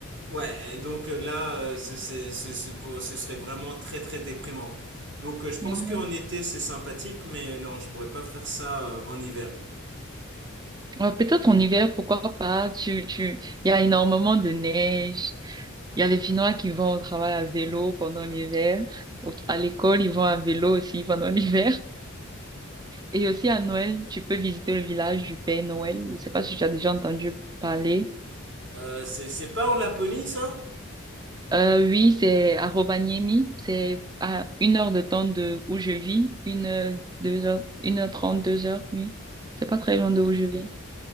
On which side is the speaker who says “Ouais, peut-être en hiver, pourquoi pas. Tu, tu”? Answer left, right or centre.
Right